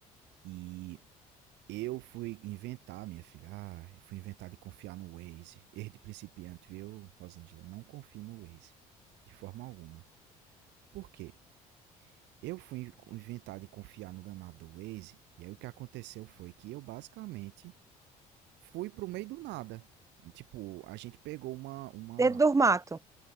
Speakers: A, on the right; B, on the right.
A: E eu fui inventar, minha filha. Ah, eu fui inventar de confiar no Waze. Erro de principiante, viu, Rosângela? Não confie no Waze. De forma alguma. Por quê? Eu fui inventar de confiar no danado do Waze. E aí o que aconteceu foi que eu basicamente fui pro meio do nada. Tipo, a gente pegou uma, uma
B: Dentro do mato.